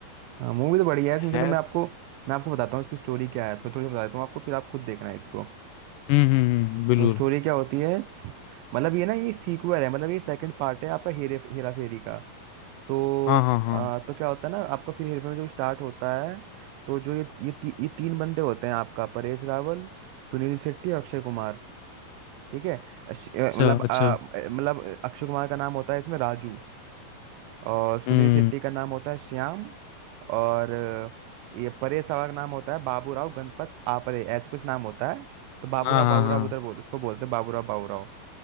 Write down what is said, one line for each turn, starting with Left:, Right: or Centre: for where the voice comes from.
Right: हाँ मूवी तो बढ़िया है इसमें
Left: है
Right: चलो
Left: हम्म
Right: मैं आपको मैं आपको बताता हूँ इसकी स्टोरी क्या है थोड़ी थोड़ी बता देता हूँ आपको फिर आप खुद देखना है इसको
Left: हम्म हम्म, बिल्कुल
Right: तो स्टोरी क्या होती है मतलब ये ना ये सीक्वल है मतलब ये सेकंड पार्ट है आपका हेरे हेरा फेरी का तो
Left: हाँ हाँ हाँ
Right: आ, तो क्या होता है ना आपका फिर हेरफेर में जो स्टार्ट होता है तो जो ये ये, ती, ये तीन बंदे होते हैं आपका परेश रावल सुनील शेट्टी और अक्षय कुमार ठीक है अश- अ,
Left: अच्छा
Right: मतलब आ,
Left: अच्छा
Right: मतलब अक्षय कुमार का नाम होता है इसमें राजू और सुनील
Left: हम्म
Right: शेट्टी का नाम होता है श्याम और अ, ये परेश रावल का नाम होता है बाबूराव गणपत आपरे ऐसे कुछ नाम होता है तो बाबूराव
Left: हाँ हाँ
Right: बाबूराव
Left: हाँ
Right: उधर बोलते उसको बोलते हैं बाबूराव बाबूराव